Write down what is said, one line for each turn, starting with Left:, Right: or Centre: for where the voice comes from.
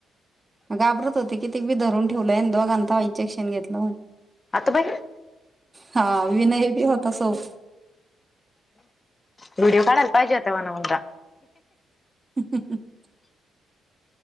Right: घाबरत होते की ते बी धरून ठेवलंय दोघांना तवा इंजेक्शन घेतलं म्हणे.
Left: आत्ता बाई.
Right: हा विनय बी होता सोप
Left: व्हिडिओ काढायला पाहिजे होता म्हन उजा.
Right: <inaudible>